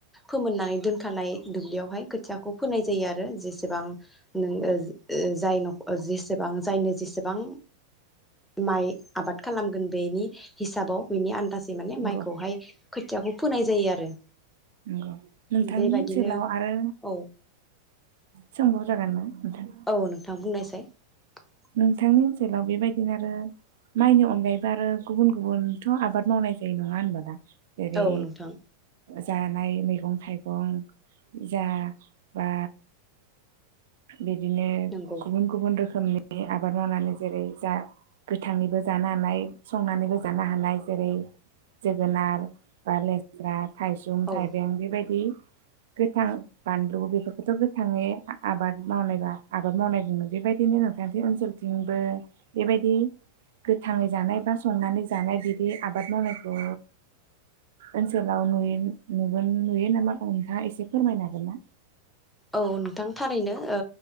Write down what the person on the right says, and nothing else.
नंगौ
नंगौ नोंथांनि
ओनसोलाव आरो
सोंबाव जागोनना नोंथां
नोंथांनि ओनसोलाव बेबायदिनो आरो माइनि अनगायैबो आरो गुबुन गुबुनथ' आबाद मावनाय जायो नङा होनबा दा जेरै
जानाय मैगं थाइगं जा बा बिदिनो
गुबुन गुबुन रो <unintelligible> आबाद मावनानै जेरै जा गोथाङैबो जानो हानाय संनानैबो जानो हानाय जेरै जोगोनार बा लेस्रा थाइसुम
थाइबें बेबायदि गोथां बानलु बेफोरखौथ गोथाङै आबाद मावनायबा आबाद मावनाय बुङो बेबायदिनो नों <unintelligible> ओनसोलथिंबो बेबायदि गोथाङै जानाय बा संनानै जानाय बिदि आबाद मावनायखौ ओनसोलाव नुयो नुगोन नुयो नामा नोंथाङा एसे फोरमायनो हागोन ना